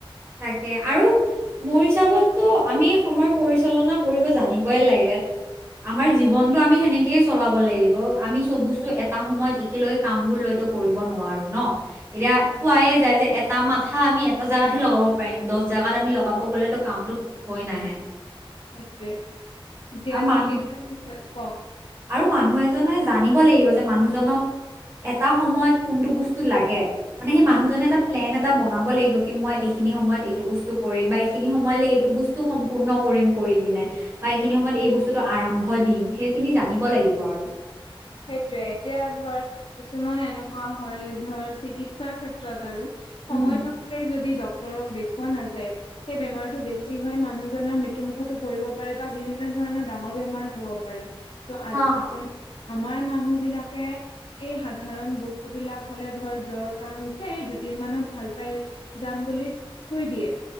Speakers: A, on the right; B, on the left.
A: তাকে আৰু মোৰ হিচাপতটো আমি সময় পৰিচালনা কৰিব জানিবই লাগে।
B: <inaudible>
A: আমাৰ জীৱনটো আমি সেনেকে- চলাব লাগিব আমি চব বস্তু এটা সময়ত একেলগে কাম বোৰ লৈতো কৰিব নোৱাৰো। ন এতিয়া
B: সেইটোৱে
A: কোৱাই যায় যে এটা মাথা আমি এটা জাগাত- লগাব পাৰিম দছ জাগাত আমি লগাব গ'লেতো কামটো হৈ নাহে।
B: সেইটোৱে ঐতিহাসিক
A: আৰু মানুহ
B: ইতি ক-
A: আৰু মানুহ এজনে জানিব লাগিব যে মানুহজনক- এটা সময়ত কোনটো বস্তু লাগে মানে সেই মানুহজনে এটা প্লেন এটা- এটা বনাব লাগিব কি মই এইখিনি সময়ত এইটো বস্তু কৰিম বা এইখিনি সময়লৈ এইটো বস্তু সম্পূৰ্ণ কৰিম কৰি পিনে-
B: উম
A: বা এইখিনি সময়ত এই বস্তুটো আৰম্ভ দিম সেইখিনি জানিব লাগিব আৰু-
B: <unintelligible> সেইটোয়ে এতিয়া ধৰ কিছুমান এনেকুৱা হয়। ধৰ চিকিৎসাৰ ক্ষেত্ৰত আৰু- সময়
A: উম হম
B: থাকোতে যদি ডক ডক্তৰক দেখুৱা নাযায় সেই বেমাৰটো বেছি হয় মানুহজনৰ মৃত্যুমুখতো পৰিব পাৰে বা বিভিন্ন ধৰণৰ ডাঙৰ বেমাৰ হ'ব পাৰে ত'
A: অ
B: আচলতে-
A: অ
B: আমাৰ মানুহ বিলাকে এই সাধাৰণ বস্তু বিলাক হলে ধৰ জ্বৰ কাহ হৈছে এই দু- দুদিন মানত ভাল পাই যাম বুলি থৈ দিয়ে-